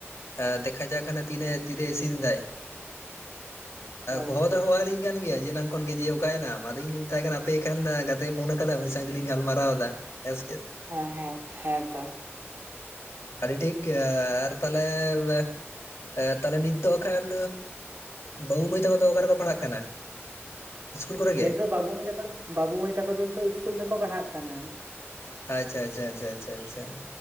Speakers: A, on the left (about 75°); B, on the right (about 55°).
A: ᱦᱮᱸ ᱫᱮᱠᱷᱟ ᱡᱟᱠ ᱦᱟᱱᱮ ᱛᱤᱨᱮ ᱛᱤᱨᱮ ᱤᱥᱤᱱ ᱮᱫᱟᱭ ᱾
B: ᱦᱳᱭᱛᱚ
A: ᱦᱚᱦᱚ ᱫᱚ ᱦᱚᱦᱚ ᱟᱞᱤᱧ ᱠᱟᱱ ᱜᱮᱭᱟ ᱡᱮ ᱮᱱᱟᱝ ᱠᱷᱚᱱ ᱜᱮ ᱡᱮ ᱚᱠᱟᱭᱮᱱᱟᱢ? ᱟᱫᱚ ᱤᱧᱤᱧ ᱢᱮᱛᱟᱭ ᱠᱟᱱᱟ ᱟᱯᱮ ᱮᱱᱠᱷᱟᱱ ᱜᱟᱛᱮᱭ ᱯᱷᱳᱱ ᱟᱠᱟᱫᱟ ᱩᱱᱤ ᱥᱟᱶ ᱜᱮᱞᱤᱧ ᱜᱟᱞᱢᱟᱨᱟᱣ ᱮᱫᱟ ᱦᱮᱸ ᱥᱮ ᱪᱮᱫ?
B: ᱦᱮᱸ ᱦᱮᱸ ᱦᱮᱸ ᱛᱚ ᱾
A: ᱟᱹᱰᱤ ᱴᱷᱤᱠ ᱟᱨ ᱛᱟᱦᱞᱮᱻ ᱼᱼ ᱛᱟᱦᱞᱮ ᱱᱤᱛ ᱫᱚ ᱮᱠᱷᱟᱱ ᱵᱟᱹᱵᱩ ᱢᱟᱹᱭ ᱛᱟᱠᱚ ᱫᱚ ᱚᱠᱟ ᱨᱮᱠᱚ ᱯᱟᱲᱦᱟᱜ ᱠᱟᱱᱟ? ᱤᱥᱠᱩᱞ ᱠᱚᱨᱮ
B: ᱞᱟᱹᱭ
A: ᱜᱮ?
B: ᱫᱚ ᱵᱟᱹᱵᱩ ᱢᱟᱹᱭ ᱛᱟᱠᱚ ᱵᱟᱹᱵᱩ ᱢᱟᱹᱭ ᱛᱟᱠᱚ ᱫᱚ ᱱᱤᱛᱚᱜ ᱤᱥᱠᱩᱞ ᱨᱮᱠᱚ ᱯᱟᱲᱦᱟᱜ ᱠᱟᱱᱟ ᱾
A: ᱟᱪᱪᱷᱟ ᱟᱪᱷᱟ ᱟᱪᱪᱷᱟ ᱟᱪᱷᱟ ᱟᱪᱷᱟ ᱾